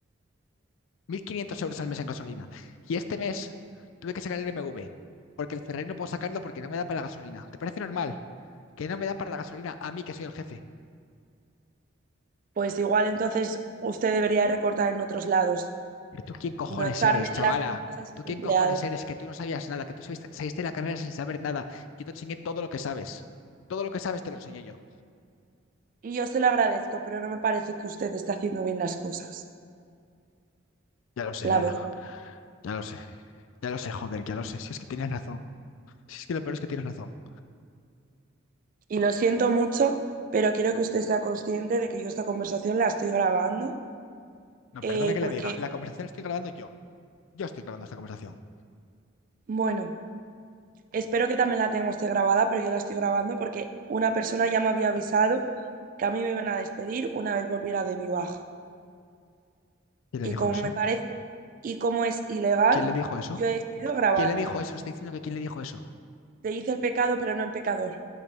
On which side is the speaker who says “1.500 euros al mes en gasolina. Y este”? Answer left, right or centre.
Left